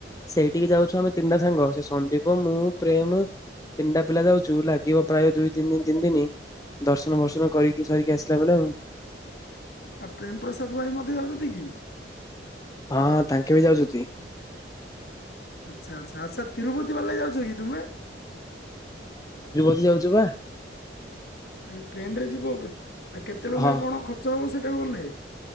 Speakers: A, on the left; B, on the left.
A: ସେଇଠିକି ଯାଉଛୁ ଆମେ ତିନିଟା ସାଙ୍ଗ ସେ ସନ୍ଦୀପ ମୁଁ ପ୍ରେମ ତିନିଟା ପିଲା ଯାଉଚୁ, ଲାଗିବ ପ୍ରାୟ ଦୁଇ ତିନି ଦିନ ତିନି ଦିନ। ଦର୍ଶନ ବର୍ଶନ କରିକି ସରିକି ଆସିଲା ବେଳେ ଆଉ।
B: ଆଉ ପ୍ରେମ ପ୍ରସାଦ ଭାଇ ମଧ୍ୟ ଯାଉଛନ୍ତି କି?
A: ହଁଁ ତାଙ୍କେ ବି ଯାଉଚନ୍ତି।
B: ଆଚ୍ଛା ଆଚ୍ଛା ଆଚ୍ଛା ତିରୁପତି ବାଲା ଯାଉଚ କି ତୁମେ?
A: ଯାଉଚୁ ବା।
B: ଏ ଟ୍ରେନ ରେ ଯିବ ଆଉ କେତେ ଟଙ୍କା
A: ହଁ।
B: କଣ ଖର୍ଚ୍ଚ ହବ ସେଟା ଗଲେ?